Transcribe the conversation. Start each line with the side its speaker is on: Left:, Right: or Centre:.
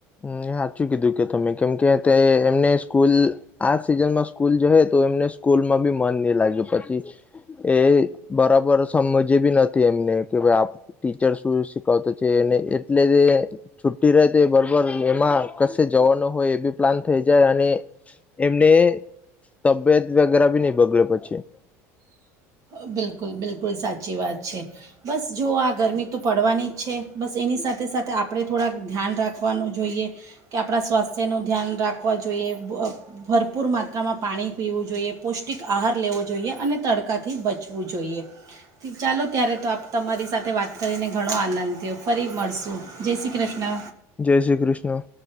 Left: ની હાચું કીધું કે તમે કેમ કે તે એમને સ્કૂલ આ સિઝનમાં સ્કૂલ જ તો એમને સ્કૂલમાં બી મન નઈ લાગે પછી એ બરાબર સમજે બી નથી એમને કે ભ આપ ટીચર શું શીખવતો છે એને એટલેજ એ છૂટી રહે એ બર બર એમાં કશે જવાનું હોય એ બી પ્લાન થઈ જાય અને એમને તબિયત વગેરે બી નહી બગડે પછી.
Right: બિલકુલ બિલકુલ. કુલ સાચી વાત છે બસ જો આ ગરમી તો પડવાની જ છે બસ એની સાથે સાથે આપણે થોડાક ધ્યાન રાખવાનું જોઈએ કે આપણા સ્વાસ્થ્યનું ધ્યાન રાખવા જોઈએ. ભ ભરપૂર માત્રામાં પાણી પીવું જોઈએ. પૌષ્ટિક આહાર લેવો. જોઈએ. અને તડકાથી બચ ચવું જોઈએ ચાલો ત્યારે તો આપ તમારી સાથે વાત કરીને ઘણો આનંદ થયો ફરી મળશું જય શ્રી કૃષ્ણ.
Left: જય શ્રી કૃષ્ણ.